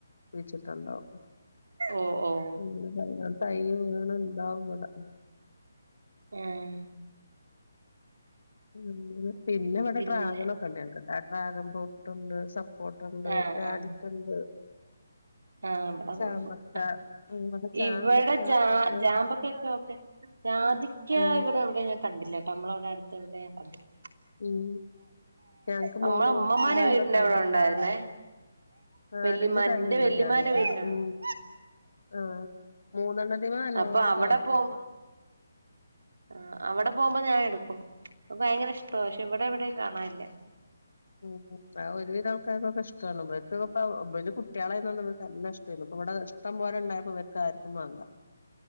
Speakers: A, on the left; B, on the right.
A: കുഴിച്ചിട്ടാണ്ടാവും
B: ഓഹ് ഓഹ്
A: പിന്നെന്താ <unintelligible>
B: ഏഹ്
A: ഉം പിന്നെ ഇവടെ
B: പിന്നെ
A: ട്രാഗൻ ഒക്കെണ്ട് ഞങ്ങക്ക് ആ ട്രാഗൻ ഫ്രൂട്ടുണ്ട് സ പ്പോട്ടണ്ട്
B: ആഹ്
A: ജാതിക്കണ്ട്
B: ആഹ് ആഹ് ഇബഅതൊന്നും
A: ചാമ്പക്ക
B: ഇല്ല
A: അങ്ങനത്തെ ചാമ്പക്ക
B: ഇവടെ ജാ
A: ഒക്കെ
B: ജാമ്പ ക്കൊക്കെ ഓക്കെ ജാതിക്ക
A: ഉം
B: ഇവടെ എവടെ ഞാൻ കണ്ടില്ല ട്ടൊ മ്മളവടെ അടുത്ത് എവിടെ കണ്ടില്ല
A: ഉം ഞങ്ങക്ക്
B: നമ്മളെ
A: മൂന്ന്
B: ഉമ്മമാന്റെ
A: കൊറേണ്ട്
B: വീടിന്റെ
A: <unintelligible>
B: അവിടെ ഉണ്ടായിരുന്നേ
A: നാലഞ്ചു
B: വല്യമാന്റെ
A: തയ്യുണ്ട്
B: വല്യമാന്റെ
A: ജാതിക്ക
B: വീടിന്റെ അവിടെ
A: ഉം
B: ഉണ്ട്
A: ആഹ് മൂന്നെണ്ണ്ത്തിമ്മെ നല്ലോണം
B: അപ്പൊ അവിടെ
A: കായ്ക്കൂ
B: പോകുമ്പോ
A: ഇപ്പൊ
B: ആഹ് അവടെ പോകുമ്പോ ഞാൻ എടുക്കും. പ്പ ഭയങ്കര ഇഷ്ട പക്ഷെ ഇവടെ വിടെയും കാണാനില്ല
A: ഉം ഉം ആഹ് ഒരുവിധ ആൾക്കാർകൊക്കെ ഇഷ്ട്ടാണ് ഇബൽക്കൊക്കെ പ്പ ഇബലു കുട്ടേളായതോണ്ട് ഇബൽക്കു നല്ല ഇഷ്ട്ടെയ്ന്നു. ഇപ്പവടെ ഷ്ടം ഷ്ടം പോലെ ണ്ടായപ്പോ വർക്കാർക്കും വേണ്ട